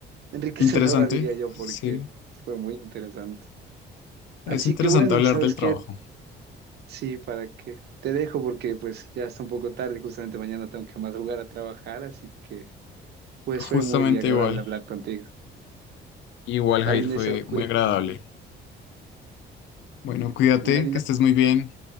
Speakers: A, on the right; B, on the left.
A: enriquecedora,
B: Interesante,
A: diría yo, porque
B: sí,
A: fue muy interesante.
B: es
A: Así
B: interesante
A: que bueno,
B: hablar
A: ¿sabes
B: del trabajo.
A: qué? Sí, para que te dejo porque pues ya está un poco tarde, justamente mañana tengo que madrugar a trabajar, así que pues
B: Justamente
A: fue muy agradable
B: igual,
A: hablar contigo.
B: igual
A: Dale,
B: Jair
A: Edison,
B: fue
A: cuídate.
B: muy agradable. Bueno, cuídate,
A: Una linda,
B: que estés muy bien,